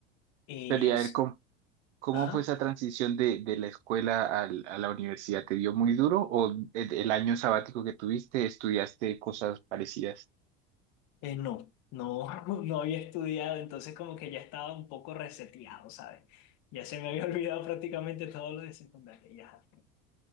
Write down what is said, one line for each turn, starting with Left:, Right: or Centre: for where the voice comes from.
Left: Y
Right: Pero ya
Left: el, s-
Right: ver cómo, cómo
Left: ajá,
Right: fue esa transición de, de la escuela al- a la universidad. ¿Te dio muy duro o el, el año sabático que tuviste estudiaste cosas parecidas?
Left: eh, no, no, <laughs> no había estudiado, entonces como que ya estaba un poco reseteado, ¿sabes? Ya se me había olvidado prácticamente todo lo de secundaria, ya.